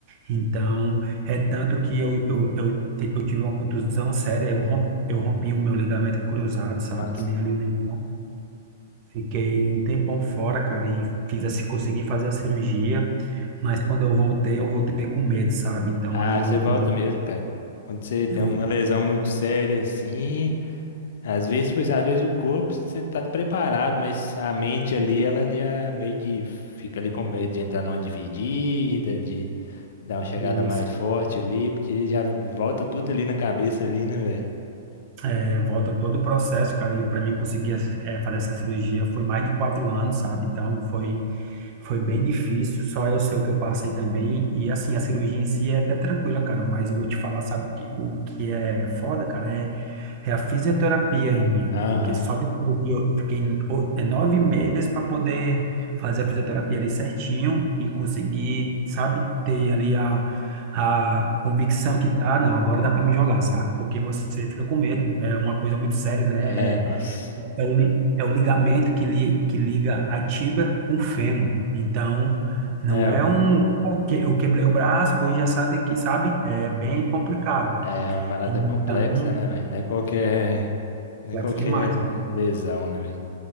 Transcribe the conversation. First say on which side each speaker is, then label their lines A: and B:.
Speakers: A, on the right; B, on the left.
A: Então, é tanto que eu, eu, eu, ti- eu tive uma contusão séria, eu rompi, eu rompi o meu ligamento cruzado, sabe?
B: Nossa.
A: Que nem ali o Neymar. Fiquei um tempão fora, cara, e fiz a, consegui fazer a cirurgia, mas quando eu voltei, eu voltei com medo, sabe? Então,
B: Ah,
A: ali eu,
B: você volta
A: eu, vou-
B: mesmo, cara. Quando você tem
A: eu,
B: uma lesão muito séria, assim, às vezes, tipo assim, às vezes o corpo você tá preparado, mas a mente ali, ela já meio que fica ali com medo de entrar numa dividida, de dar uma chegada
A: isso.
B: mais forte ali, porque já volta tudo ali na cabeça ali, né, velho?
A: É, volta todo o processo, cara, e para mim conseguir é, fazer essa cirurgia foi mais de quatro anos, sabe? Então foi, foi bem difícil, só eu sei o que eu passei também. E assim, a cirurgia em si é até tranquila, cara, mas eu vou te falar, sabe o que, o que é foda, cara? É, é a fisioterapia, amigo,
B: Aham.
A: porque só depois de eu, eu fiquei o- é, nove meses para poder fazer a fisioterapia ali certinho e conseguir, sabe, ter ali a a convicção que, ah, não, agora dá para me jogar, sabe? Porque você fica com medo, é uma coisa muito séria, né?
B: É, nossa.
A: É, é o, li- é o ligamento que, li, que liga a tibia com o fêmur. Então, não
B: É,
A: é um, "Oh, que- eu quebrei o braço, bom dia, sabe que, sabe? É bem complicado.
B: É uma parada
A: Então,
B: complexa, né, velho? Não é qualquer, não
A: complexo
B: é qualquer
A: demais, cara.
B: lesão, né, velho?